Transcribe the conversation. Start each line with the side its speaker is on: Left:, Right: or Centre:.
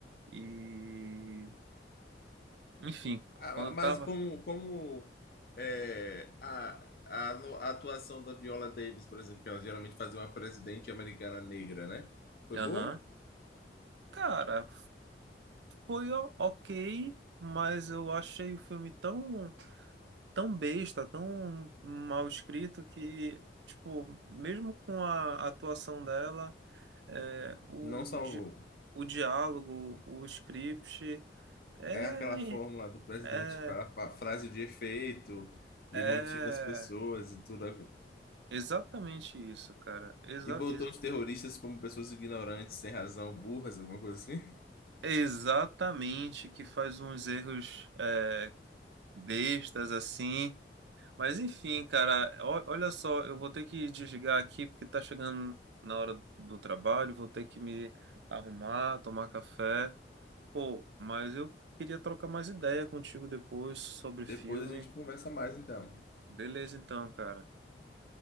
Right: e, enfim,
Left: Ah,
Right: quando eu
Left: mas
Right: tava,
Left: como, como é, a, a, a atuação da Viola Davis, por exemplo, que ela geralmente fazia uma presidente americana negra, né? Foi
Right: aham,
Left: boa?
Right: cara, foi o- ok, mas eu achei o filme tão, tão besta, tão mal escrito que, tipo, mesmo com a atuação dela é, o,
Left: Não salvou.
Right: di, o diálogo, o script, é,
Left: É aquela fórmula do presidente
Right: é,
Left: que fala fa- frase de efeito e
Right: é
Left: motiva as pessoas e tudo.
Right: exatamente isso, cara. Exa,
Left: E botou
Right: ex-
Left: os terroristas como pessoas ignorantes, sem razão, burras, alguma coisa assim.
Right: é exatamente que faz uns erros é, bestas assim. Mas enfim, cara, o- olha só, eu vou ter que desligar aqui porque tá chegando na hora do trabalho, vou ter que me arrumar, tomar café. Pô, mas eu queria trocar mais ideia contigo depois sobre filme.
Left: Depois a gente conversa mais, então.
Right: Beleza, então, cara.